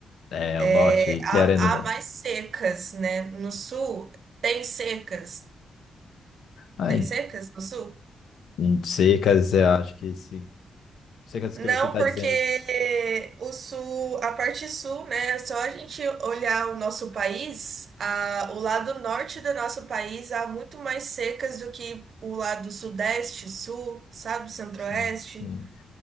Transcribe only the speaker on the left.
é,
o norte, querendo
ou não.
Ah,
Hum, Secas, eu acho que se secas
que você está
dizendo,
sim, sim.